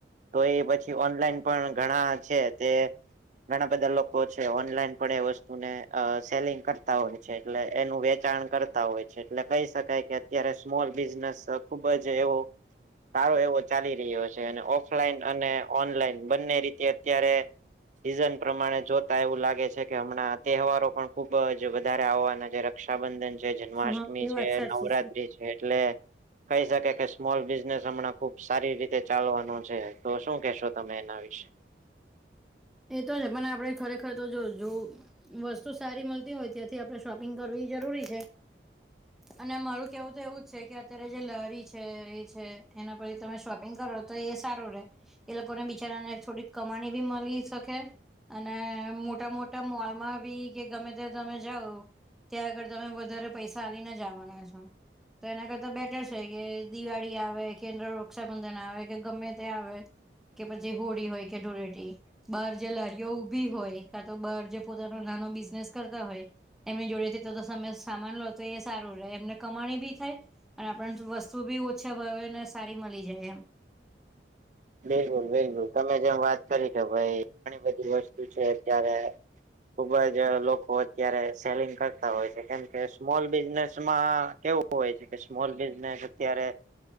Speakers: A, on the right; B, in the centre.
A: તો એ પછી ઓનલાઈન પણ ઘણા છે તે ઘણા બધા લોકો છે ઓનલાઈન પણ એ વસ્તુને અ સેલિંગ કરતા હોય એટલે એનું વેચાણ કરતા હોય છે એટલે કહી શકાય કે અત્યારે સ્મોલ બિઝનેસ ખુબ જ એવો સારો એવો ચાલી રહ્યો છે અને ઓફલાઈન અને ઓનલાઈન બંને રીતે અત્યારે સિઝન પ્રમાણે જોતા એવું લાગે છે કે હમણાં તહેવારો પણ ખુબ જ વધારે આવવાના રક્ષાબંધન છે જન્માષ્ટમી
B: હા એ
A: છે
B: વાત સાચી
A: નવરાત્રી છે એટલે કહી શકે કે સ્મોલ બિઝનેસ હમણાં ખુબ સારી રીતે ચાલવાનો છે તો શું કહેશો તમે એના વિશે
B: એ તો છે પણ આપણે ખરેખર તો જો જો વસ્તુ સારી મળતી હોય ત્યાંથી આપણે શોપિંગ કરવી જરૂરી છે. અને મારું જેવું તો એવું જ છે કે અત્યારે જે લારી છે એ છે એના પરથી તમે શોપિંગ કરો તો એ સારો રે એ લોકોને બિચારાને થોડીક કમાણી બી મલી શકે અને મોટા મોટા મોલમાં બી કે ગમે ત્યા તમે જાઓ ત્યાં આગળ તમે વધારે પૈસા આલીને જ આવાના છો. તો એના કરતા બેટર છે કે દિવાળી આવે કે રક્ષાબંધન આવે કે ગમે તે આવે પછી હોળી હોય કે ધુળેટી બાર જે લારીઓ ઊભી હોય કા તો બાર જે પોતાનો નાનો બિઝનેસ કરતા હોય એમની જોડે થી તો તો તમે સામાન લો તો એ સારું રહે એમને કમાણી બી થાય અને આપણને વસ્તુ બી ઓછા ભાવેને સારી મલી જાય એમ
A: બિલકુલ બિલકુલ તમે જેમ વાત કરી કે ભાઈ ઘણી બધી વસ્તુ છે અત્યારે ખુબ જ લોકો અત્યારે સેલિગ કરતા હોય છે કેમ કે સ્મોલ બિઝનેસમાં કેવું હોય છે કે સ્મોલ બિઝનેસ અત્યારે